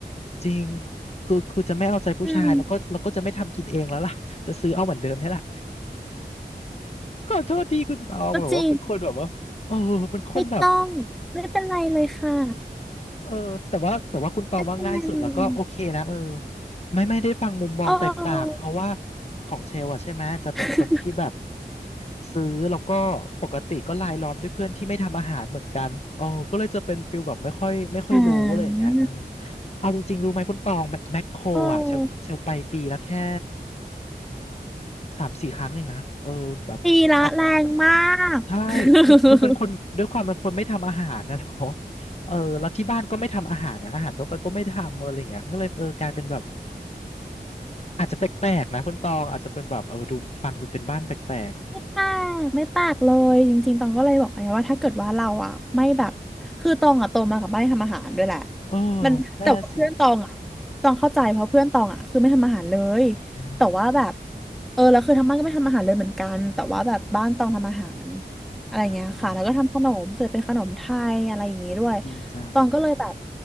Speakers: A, on the left; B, in the centre.
A: จริงคือคือจะไม่เอาใจผู้ชายแล้วก็เราก็จะไม่ทำกินเองแล้วล่ะ
B: อืม
A: <laughs> จะซื้อเอาเหมือนเดิมนี่แหละขอโทษทีคุณตองแบบว่าเป็นคนแบบว่า
B: ก็จริง
A: เออเป็นคนแบบ
B: ไม่ต้องไม่เป็นไรเลยค่ะ
A: เออแต่ว่าแต่ว่าคุณตองว่าง่ายสุดแล้วก็โอเคนะเออ
B: ไม่เป็นไรเลย
A: ไม่ไม่ได้ฟังมุมมองแตกต่างเพราะว่า
B: เออ
A: ของเชลอะใช่ไหมจะเป็นคนที่แบบ
B: <laughs>
A: ซื้อแล้วก็ปกติก็รายล้อมด้วยเพื่อนที่ไม่ทำอาหารเหมือนกันโอ้ก็เลยจะเป็นฟิลแบบไม่ค่อยไม่ค่อยรู้อะไรอย่างเงี้ยเออ
B: อ่า
A: เอาจริงๆรู้ไหมคุณตองแมแมคโครอะเชลเชลไปปีละแค่
B: เออ
A: สามสี่ครั้งเองนะเออแบบพับ
B: ตีละแรงมาก
A: ใช่คือคือเป็นคนด้วยความเป็นคนไม่ทำอาหารนะเนาะ
B: <laughs>
A: เออแล้วที่บ้านก็ไม่ทำอาหารนะอาหารทั่วไปก็ไม่ทำอะไรอย่างเงี้ยก็เลยเออกลายเป็นแบบ อาจจะแปลกๆนะ คุณตอง อาจจะเป็นแบบ เออดูฟังดูเป็นบ้านแปลกๆอืม
B: ไม่ปากไม่ปากเลยจริงๆตองก็เลยบอกไอ้ว่าถ้าเกิดว่าเราอ่ะไม่แบบคือตองอ่ะโตมากับไม่ทำอาหารด้วยแหละ
A: เออ
B: มันแต่ว่าเพื่อนตองอ่ะตองเข้าใจเพราะเพื่อนตองอ่ะคือไม่ทำอาหารเลย
A: น่าสิเออ
B: แต่ว่าแบบเออแล้วคือทั้งบ้านก็ไม่ทำอาหารเลยเหมือนกันแต่ว่าแบบบ้านตองทำอาหารอะไรเงี้ยค่ะแล้วก็ทำขนมเสร็จเป็นขนมไทยอะไรอย่างงี้ด้วย
A: อ่าโอ้ดีจัง
B: ตองก็เลยแบบ